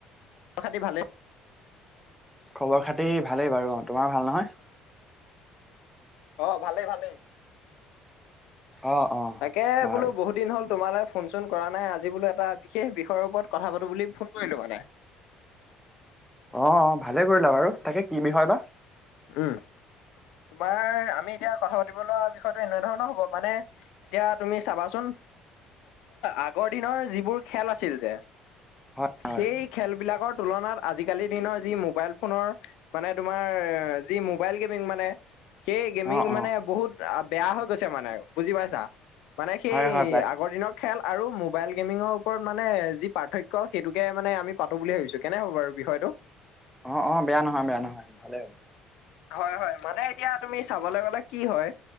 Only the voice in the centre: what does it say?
খবৰ খাতি ভালেই বাৰু অ তোমাৰ ভাল নহয়
অ অ
বাৰু
অ ভালে কৰিলা বাৰু তাকে কি বিষয় বা
হয় হয়
অ অ
হয় হয় পাই
অ অ বেয়া নহয় বেয়া নহয় ভালেই হ'ব